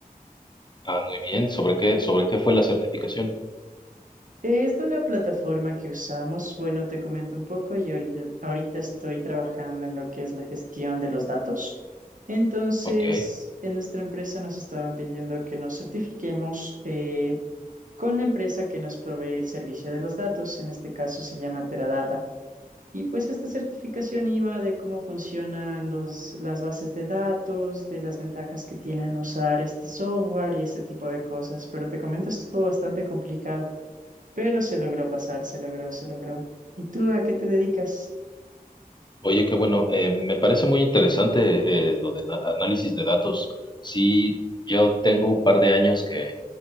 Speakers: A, on the left; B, on the right.
A: Ah, muy bien. ¿Sobre qué, sobre qué fue la certificación?
B: Es de una plataforma que usamos. Bueno, te comento un poco y ahorita, ahorita estoy trabajando en lo que es la gestión de los datos. Entonces,
A: Ok.
B: en nuestra empresa nos estaban pidiendo que nos certifiquemos eh, con la empresa que nos provee el servicio de los datos. En este caso se llama Teradata. Y pues esta certificación iba de cómo funcionan los, las bases de datos, de las ventajas que tienen usar este software y este tipo de cosas. Pero te comento, estuvo bastante complicado, pero se logró pasar, se logró, se logró. ¿Y tú a qué te dedicas?
A: Oye, qué bueno. eh, me parece muy interesante eh, lo de na- análisis de datos. Sí, yo tengo un par de años que,